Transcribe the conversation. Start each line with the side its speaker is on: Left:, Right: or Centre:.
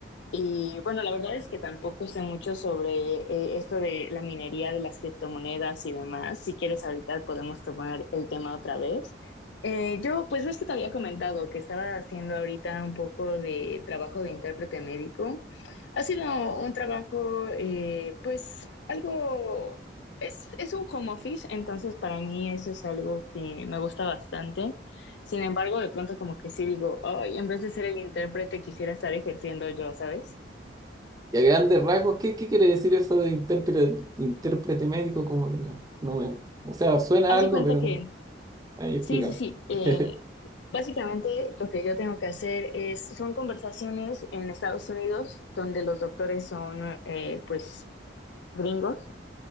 Left: Y bueno, la verdad es que tampoco sé mucho sobre eh, esto de la minería de las criptomonedas y demás. Si quieres, ahorita podemos tomar el tema otra vez. Eh, yo, pues ves que te había comentado que estaba haciendo ahorita un poco de trabajo de intérprete médico. Ha sido un trabajo, eh, pues algo, es, es un home office, entonces para mí eso es algo que me gusta bastante. Sin embargo, de pronto como que sí digo, ay, en vez de ser el intérprete quisiera estar ejerciendo yo, ¿sabes?
Right: Y a grandes rasgos, ¿qué, qué quiere decir eso de intérprete, intérprete médico? Como que no, no me... O sea, suena
Left: Haz
Right: algo,
Left: de cuenta
Right: pero
Left: que,
Right: ahí explícame.
Left: sí, sí, sí. eh,
Right: <laughs>
Left: básicamente lo que yo tengo que hacer es, son conversaciones en Estados Unidos donde los doctores son eh, pues gringos